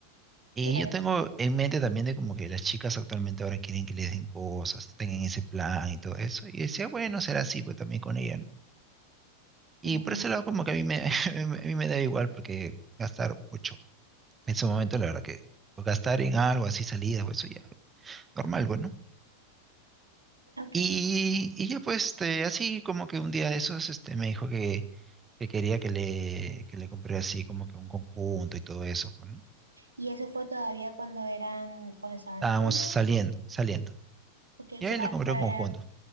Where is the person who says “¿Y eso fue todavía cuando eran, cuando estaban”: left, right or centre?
Right